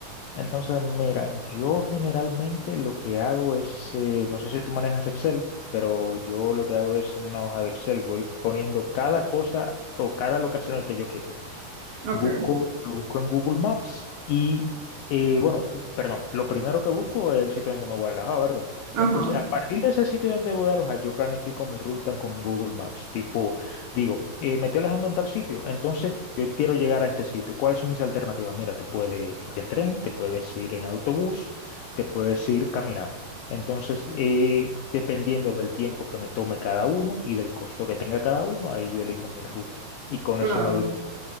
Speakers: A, on the left (about 80°); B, on the right (about 55°).
A: Entonces, mira, yo generalmente lo que hago es, eh, no sé si tú manejas Excel, pero yo lo que hago es en una hoja de Excel, voy poniendo cada cosa o cada locación al que yo quiero ir.
B: Ok,
A: Busco, lo busco en Google Maps y, eh, bueno, perdón, lo primero que busco es el sitio donde me voy a alojar, ¿verdad?
B: ajá,
A: Entonces, a partir de ese sitio donde voy a alojar, yo planifico mi ruta con Google Maps. Tipo, digo, eh, me estoy alojando en tal sitio, entonces yo quiero llegar a este sitio. ¿Cuáles son mis alternativas? Mira, tú puedes ir en tren, te puedes ir en autobús, te puedes ir caminando. Entonces, eh, dependiendo del tiempo que me tome cada uno y del costo que tenga cada uno, ahí yo elijo mi ruta. Y con
B: claro.
A: eso me voy